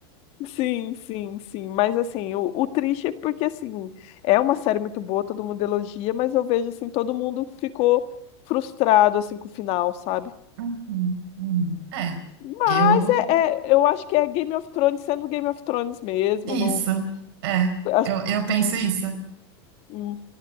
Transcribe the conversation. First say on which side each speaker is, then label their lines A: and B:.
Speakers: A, on the left; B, on the right.
A: Sim, sim, sim. Mas assim, o, o triste é porque assim, é uma série muito boa, todo mundo elogia, mas eu vejo assim, todo mundo ficou frustrado assim com o final, sabe?
B: Uhum, uhum. É,
A: Mas
B: eu.
A: é, é- eu acho que é Game of Thrones sendo Game of Thrones mesmo,
B: Isso.
A: não,
B: É,
A: as-
B: eu, eu penso
A: não-
B: isso.
A: não-